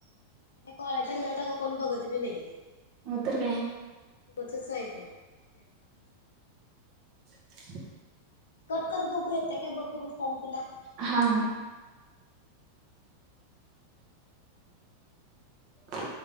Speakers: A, on the left (about 65°); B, on the right (about 40°).
A: कॉयच रटा कोण बघत बी नाही,
B: मतरकय
A: होचच आहे तो <inaudible> पेन कामाच
B: ह
A: कट कर बघू येते काय बघ बघू फॉर्म तुला
B: हा हा.